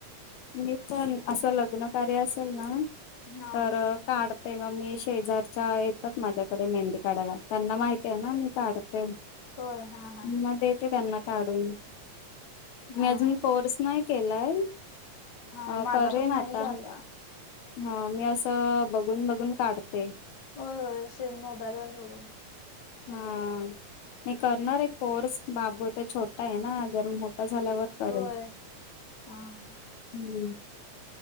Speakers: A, on the left (about 80°); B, on the left (about 60°).
A: मी पण असं लग्न कार्य असेल ना
B: हा
A: तर काढते मग मी शेजारच्या येतात माझ्याकडे मेहंदी काढायला त्यांना माहती आहे ना मी काढते.
B: होय हा हा
A: मग येते त्यांना काढून
B: हा
A: मी अजून कोर्स नाही केलाय
B: हा
A: अ
B: माझा
A: करेन
B: पण नाही
A: आता
B: झाला.
A: हा मी असं बघून, बघून काढते.
B: होय, होय सेम मोबाईल वर बघून.
A: हा मी करणार एक कोर्स बाबूत छोट मो आहे ना जर मोठा झाल्यावर करून
B: होय हा
A: हम्म